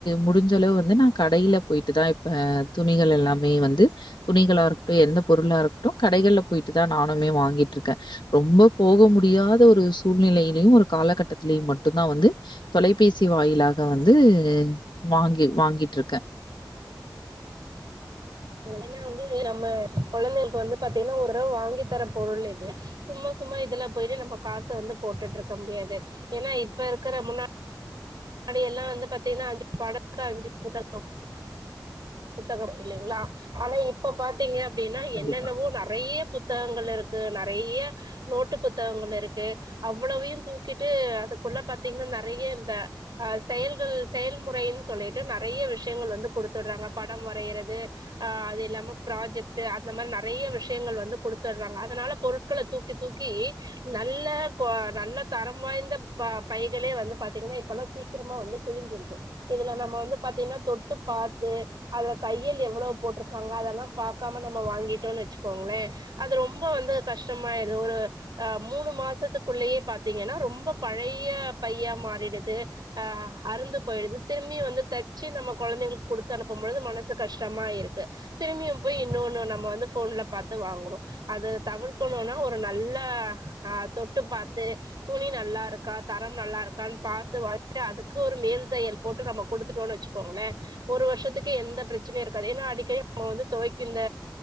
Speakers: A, on the left (about 90°); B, on the right (about 65°).
A: முடிஞ்சளவு வந்து நா கடைல போயிட்டு தா இப்ப துணிகள் எல்லாமே வந்து துணிகளாருக்ட்டு எந்த பொருளாருக்ட்டு கடைகள்ல போயிட்டு தா நானுமே வாங்கி ட்ருக்கே ரொம்ப போக முடியாத ஒரு சூழ்நிலையிலயு ஒரு காலகட்டத்லயும் மட்டுந்தா வந்து தொலைபேசி வாயிலாக வந்து வாங்கி வாங்கிட்ருக்கே
B: ஏன்னா வந்து நம்ம கொழந்தைளுக்கு வந்து பாத்தீன்னா ஒர்ரவ வாங்கி தர பொர்ளுலே சும் சும்மா சும்மா இதுல போயிட்டு நம்ம காச வந்து போட்டுட்ருக்க முடியாது ஏன்னா இப்ப இருக்கற முன்னா டி எல்லா வந்து பாத்தீன்னா அஞ்சு பாடக்கு அஞ்சு புத்தகம் புத்தகம் இல்லைங்களா ஆனா இப்ப பாத்தீங்க அப்டின்னா
A: கண்டிப்பா.
B: என்னென்னவோ நறைய புத்தகங்கள் இருக்கு நறைய்ய நோட்டு புத்தகங்கள் இருக்கு அவ்வளவையும் தூக்கிட்டு அது ல்ல பாத்தீங்ன்னா நறைய்ய இந்த அஹ் செயல்கள் செயல்முறைன் சொல்லிட்டு நறைய்ய விஷ்யங்கள் வந்து குடுத்துட்றாங்க படம் வரையிறது அ அது இல்லாம ப்ராஜெக்ட்டு அந்த மாரி நறைய்ய விஷ்யங்கள் வந்து குடுத்தட்றாங்க அதனால பொருட்கள தூக்கி தூக் கி நல்ல கோ நல்ல தரம் வாய்ந்த பைகளே வந்து பாத்தீங்கன்னா இப்பல்லா சீக் க்கிரமா வந்து கிழிஞ்சிருது இதுல நம்ம வந்து பாத்தீங்கன்னா தொட்டு பாத்து அதுல தைய்யல் எவ்வளோ போ போட்ருக்காங்க அதெல்லாம் பாக்காம நம்ம வாங்கீட்டோனு வெச்சுக்கோங்ளேன் அது ரொம்ப வந்து கஷ்டமாயிரு ஒரு ஆ மூணு மாசத்துக்குள்ளயே பாத்தீங்கன்னா ரொம்ப பழைய்ய பையா மாறிடுது ஆ அருந்து போயிடுது திரும்பி வந்து தச்சு நம்ம கொழந்தைங்களுக்கு குடுத்து அனுப்பும்பொழுது மனசு கஷ்டமா இரு க்கு திரும்பியும் போய் இன்னோன்னு நம்ம வந்து ஃபோன்ல பாத்து வாங்குறோ அது தவிர்க்கணுனா ஒரு நல் ல ஆ தொட்டு பாத்து துணி நல்லா ருக்கா தரம் நல்லா ருக்கான் பாத்து வாங் அதுக்கு ஒரு மேல் தையல் போட்டு நம்ம குடுத்துட்டோன்னு வெச்சுக்கோங்ளே ஒரு வர்ஷத்துக்கு எந்த ப்ரச்சனையு இருக்காது என் அடிக்கடி ம வந்து துவக்கின்ற